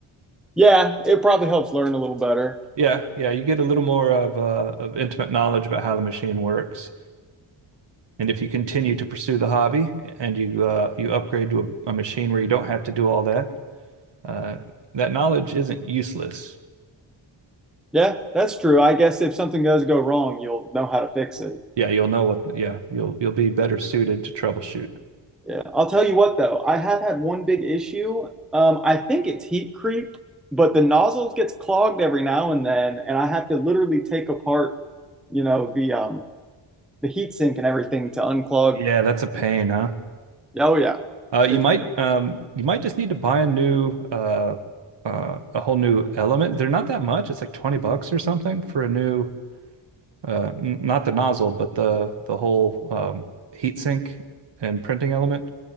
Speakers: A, in the centre; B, on the right.
A: Yeah, it probably helps learn a little better.
B: Yeah, yeah, you get a little more of uh, of intimate knowledge about how the machine works. And if you continue to pursue the hobby and you uh, you upgrade to a, a machine where you don't have to do all that, uh, that knowledge isn't useless.
A: Yeah, that's true. I guess if something does go wrong, you'll know how to fix it.
B: Yeah, you'll know what. Yeah, you'll you'll be better suited to troubleshoot.
A: Yeah. I'll tell you what though, I have had one big issue. Um, I think it's heat creep, but the nozzles gets clogged every now and then, and I have to literally take apart, you know, the um the heat sink and everything to unclog.
B: Yeah, that's a pain, huh?
A: Oh yeah.
B: Uh, you
A: It's
B: might um, you might just need to buy a new uh, uh, a whole new element. They're not that much. It's like 20 bucks or something for a new uh, n not the nozzle, but the the whole um, heat sink and printing element.